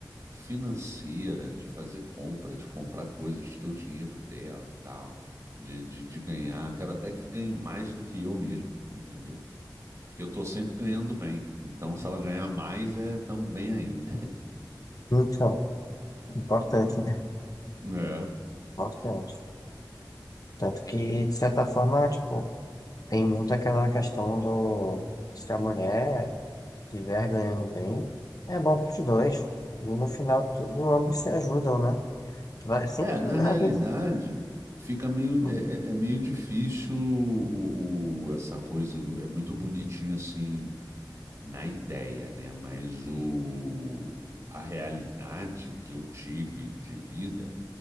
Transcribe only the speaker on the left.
então,
importante,
né?
Importante. Tanto que, de certa forma, tipo, Tem muito aquela questão do se a mulher estiver ganhando bem, é bom para os dois. E no final, tudo, ambos se ajudam, né? Vai, sempre
a
gente-
Hum,